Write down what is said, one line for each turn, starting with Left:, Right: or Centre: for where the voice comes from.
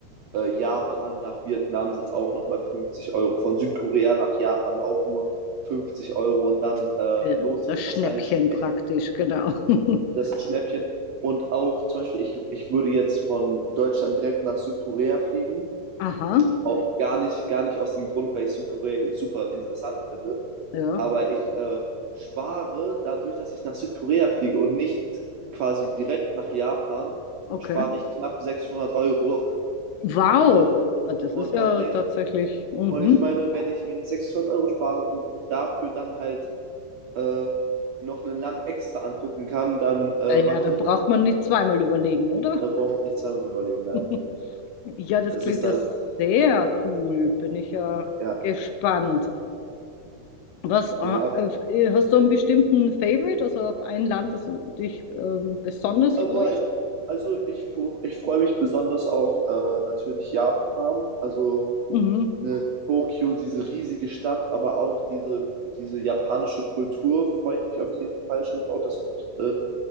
Right: äh, Japan nach Vietnam sind es auch nochmal 50 Euro. Von Südkorea nach Japan auch nur 50 Euro. Und dann äh,
Left: Äh,
Right: lohnt sich
Left: Das Schnäppchen
Right: das eigentlich
Left: praktisch,
Right: echt,
Left: genau. <laughs>
Right: das Schnäppchen. Und auch zum Beispiel, ich, ich würde jetzt von Deutschland direkt nach Südkorea fliegen.
Left: Aha,
Right: Auch gar nicht, gar nicht aus dem Grund, weil ich Südkorea jetzt super interessant finde.
Left: ja,
Right: Aber ich äh, spare dadurch, dass ich nach Südkorea fliege und nicht quasi direkt nach Japan,
Left: okay.
Right: spare ich knapp 600 Euro.
Left: Wow,
Right: Und,
Left: Ah, das
Right: und
Left: ist ja
Right: dann denke
Left: tatsächlich. Mhm.
Right: Und ich meine, wenn ich, wenn ich 600 Euro spare und dafür dann halt äh, noch ein Land extra angucken kann, dann äh,
Left: Äh,
Right: mache
Left: Ja, da
Right: ich das.
Left: braucht man nicht zweimal überlegen, oder?
Right: Da braucht man nicht zweimal überlegen, nein.
Left: <laughs> Ja, das
Right: Es
Left: klingt
Right: ist
Left: ja
Right: dann,
Left: sehr cool. Bin ich ja
Right: ja,
Left: gespannt. Was ah,
Right: ja.
Left: äh, hast du einen bestimmten Favorite, also auf ein Land, das du dich ähm, besonders
Right: Aber
Left: freust?
Right: ich, also ich, fu- ich freue mich besonders auf äh, natürlich Japan, also
Left: Mhm,
Right: ne, Tokio, diese riesige Stadt, aber auch diese, diese japanische Kultur freue ich mich auf jeden Fall schon drauf. Das wird